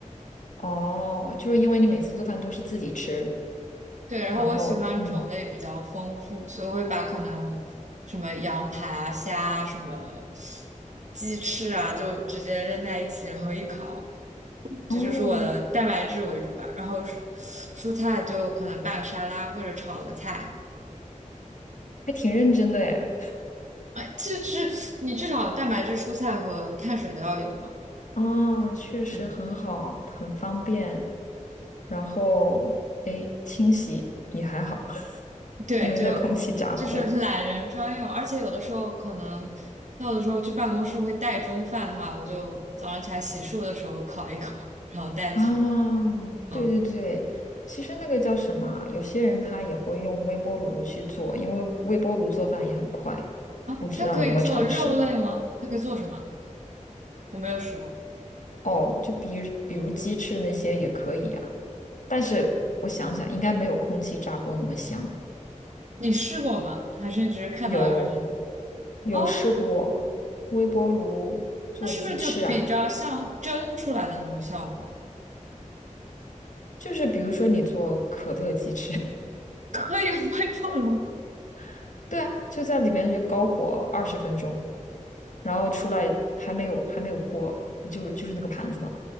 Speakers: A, on the left; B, on the right.
A: 哦，就是因为你每次做饭都是自己吃，
B: 对，然后我喜欢种类比较丰富，
A: 然后嗯，
B: 所以我会把可能什么羊排啊、虾啊、什么鸡翅啊，就直接扔在一起，然后一烤。
A: 哦，
B: 这就是我的蛋白质为主吧。然后蔬蔬菜就可能拌个沙拉或者炒个菜。
A: 还挺认真的诶。
B: 哎，这是你至少蛋白质、蔬菜和碳水都要有嘛？
A: 啊，确实很好，
B: 嗯，
A: 很方便。然后诶，清洗也还好，<laughs>
B: 对，
A: 因为那空气炸锅
B: 就就是懒人专用。而且有的时候可能，那有的时候去办公室会带中饭的话，我就早上起来洗漱的时候烤一烤，然后带走。
A: 啊，
B: 嗯
A: 对对对，其实那个叫什么啊有些人他也会用微波炉去做，因为微波炉做饭也很快。
B: 啊，
A: 不知道你有没有尝试？
B: 它可以做肉类吗？它可以做什么？我没有试过，
A: 哦，就比如比如鸡翅那些也可以啊，但是我想想，应该没有空气炸锅那么香。
B: 你试过吗？还是你只是看到有人？
A: 有有试过微波炉做鸡翅啊，
B: 哦，那是不是就比较像蒸出来的那种效果？
A: 就是比如说你做可乐鸡翅，
B: <laughs> 可以微波炉，
A: <laughs> 对啊，就在里面就高火二十分钟，然后出来还没有还没有锅，就是就是那个盘子嘛，